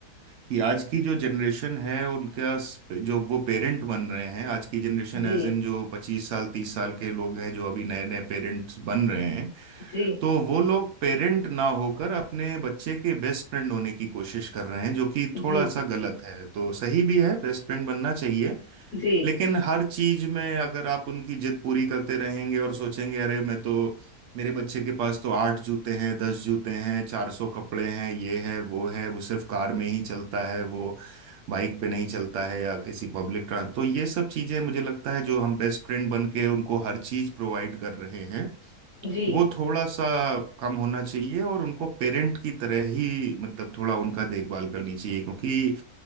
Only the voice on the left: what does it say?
जी
जी
जी
जी
जी